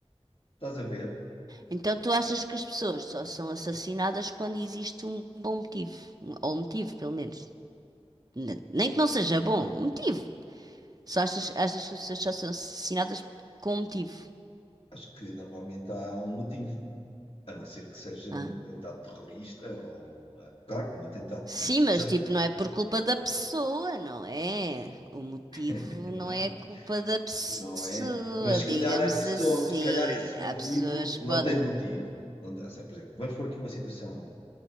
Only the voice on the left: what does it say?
Estás a ver?
Acho que normalmente há um motivo. A não ser que seja
um atentado terrorista ou uma, claro, um atentado.
Exato.
<laughs>
Não,
não é. Mas se
calhar a pessoa,
se calhar esse motivo
não
tem motivo. Não tem- ou seja, por exemplo, vamos pôr aqui uma situação